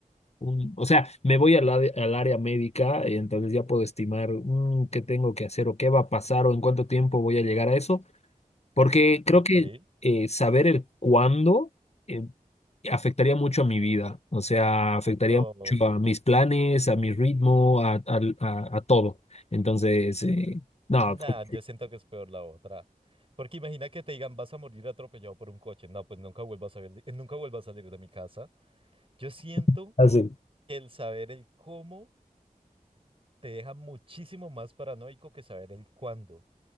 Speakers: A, on the left (about 45°); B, on the right (about 40°).
A: un- o sea, me voy al, área- al área médica y entonces ya puedo estimar mm, qué tengo que hacer o qué va a pasar o en cuánto tiempo voy a llegar a eso, porque creo
B: ok.
A: que eh, saber el cuándo eh, afectaría mucho a mi vida, o sea, afectaría
B: No.
A: mucho a mis planes, a mi ritmo, a, a- a- a todo. Entonces, eh, no, <laughs>
B: Nah,
A: así,
B: yo siento que es peor la otra. Porque imagina que te digan, vas a morir atropellado por un coche. No, pues nunca vuelvas a salir, nunca vuelvas a salir de mi casa. Yo siento
A: <laughs>
B: que el saber el cómo te deja muchísimo más paranoico que saber el cuándo.